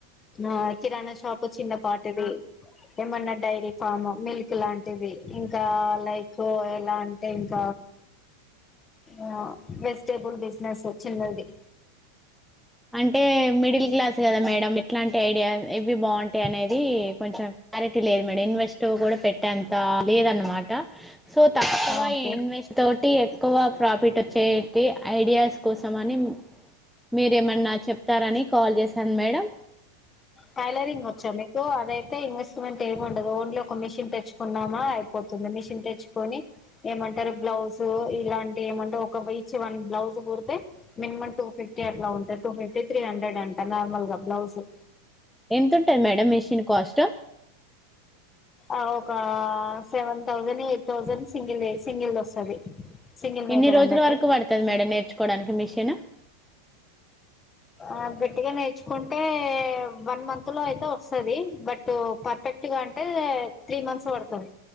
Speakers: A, on the left (about 25°); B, in the centre.
A: ఆ కిరాణా షాప్ చిన్న పాటది ఏమన్నా డైరీ ఫామ్ మిల్క్ లాంటిది ఇంకా లైక్ ఎలా అంటే ఇంక ఆ వెజిటేబుల్ బిజినెస్ చిన్నది
B: అంటే మిడిల్ క్లాస్ కదా మేడం ఇట్లాంటి ఐడియా ఇవి బాన్ <unintelligible> అనేది కొంచెం క్లారిటీ లేదు మేడం ఇన్వెస్ట్ కూడ పెట్టేంత లేదన్నమాట సో తక్కువ
A: ఓకే
B: ఇన్వెస్ట్ తోటి ఎక్కువ ప్రాఫిట్ వచ్చేటి ఐడియాస్ కోసం అని మీరేమన్నా చెప్తారని కాల్ చేసాను మేడం
A: టైలరింగ్ వచ్చా మీకు అదైతే ఇన్వెస్ట్మెంట్ ఏమి ఉండదు ఓన్లీ ఒక ఒక మిషన్ తెచ్చుకున్నామా అయిపోతుంది మిషన్ తెచ్చుకని ఏమం ఇ బ్లౌజ్ ఇలాంటి ఏమంటే <unintelligible> వన్ బ్లౌజ్ కుడితే మినిమం టూ ఫిఫ్టీ అట్లా టూ ఫిఫ్టీ త్రీ హండ్రెడ్ అంట నార్మల్గా బ్లౌజు
B: ఎంతుంటాయ్ మేడం మిషిన్ కాస్ట్
A: ఆ ఒక seven thousand, eight thousand single single వస్తది. సింగిల్
B: ఎన్ని
A: మేకర్
B: రోజుల
A: అన్నట్టు
B: వరకు పడతది మేడం. నేర్చుకోవడానికి మిషను
A: ఆ గట్టిగ నేర్చుకుంటే వన్ మంత్ లో అయితే వస్తది బట్ పర్ఫెక్ట్ గా అంటే త్రీ మంత్స్ పడ్తది